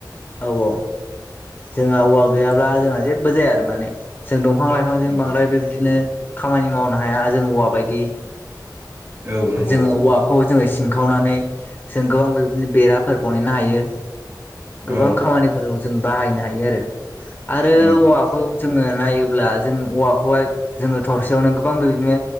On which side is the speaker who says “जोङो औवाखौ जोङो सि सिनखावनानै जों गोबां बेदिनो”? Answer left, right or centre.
Left